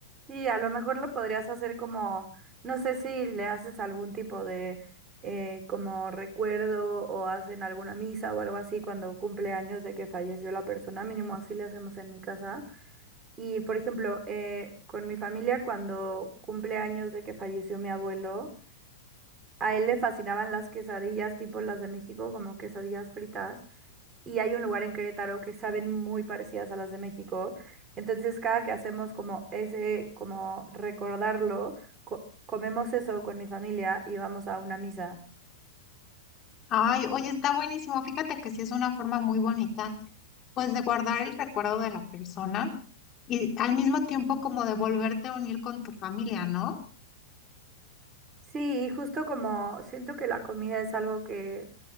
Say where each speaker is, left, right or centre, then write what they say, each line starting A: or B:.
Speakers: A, on the right; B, on the left.
A: Y a lo mejor lo podrías hacer como, no sé si le haces algún tipo de eh, como recuerdo o hacen alguna misa o algo así cuando cumple años de que falleció la persona, mínimo así le hacemos en mi casa. Y por ejemplo, eh, con mi familia cuando cumple años de que falleció mi abuelo. A él le fascinaban las quesadillas, tipo las de México, como quesadillas fritas. Y hay un lugar en Querétaro que saben muy parecidas a las de México. Entonces, cada que hacemos como ese, como recordarlo, co- comemos eso con mi familia y vamos a una misa.
B: Ay, oye, está buenísimo, fíjate que sí es una forma muy bonita, pues de guardar el recuerdo de la persona y al mismo tiempo como de volverte a unir con tu familia, ¿no?
A: Sí, y justo como siento que la comida es algo que